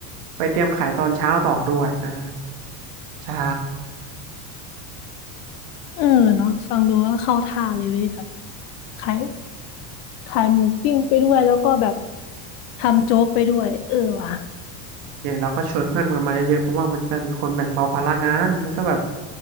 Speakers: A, on the right; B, on the left.
A: ไปเตรียมขายตอนเช้าต่อด้วยอ่า ใช่
B: เออเนาะฟังดูก็เข้าท่าเลยเว้ยแบบขายขายหมูปิ้งไปด้วยแล้วก็แบบทำโจ๊กไปด้วยเออว่ะ
A: เนี่ยเราก็ชวนเพื่อนกันมาเยอะๆเพราะว่ามันจะมีคนแบ่งเบาภาระงานแล้วก็แบบ